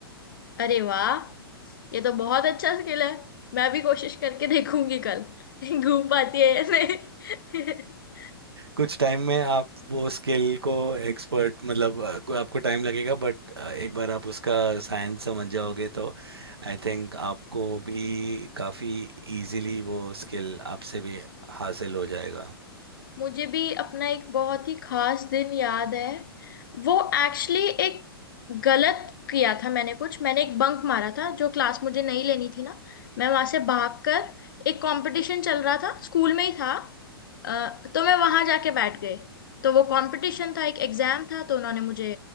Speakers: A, on the left; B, on the right.
A: अरे वाह ये तो बहुत अच्छा स्किल है मैं भी कोशिश करके देखूंगी कल <laughs> घूम पाती है या नहीं <laughs>
B: कुछ टाइम में आप वो स्किल को एक्सपर्ट मतलब अ, को- आपको टाइम लगेगा बट एक बार आप उसका साइंस समझ जाओगे तो आई थिंक आपको भी काफ़ी इजीली वो स्किल आपसे भी हासिल हो जाएगा
A: मुझे भी अपना एक बहुत ही खास दिन याद है वो एक्चुअली एक गलत किया था मैंने कुछ मैंने एक बंक मारा था जो क्लास मुझे नहीं लेनी थी ना मैं वहां से भागकर एक कंपटीशन चल रहा था स्कूल में ही था अ, तो मैं वहां जाके बैठ गई तो वो कंपटीशन था एक एग्जाम था तो उन्होंने मुझे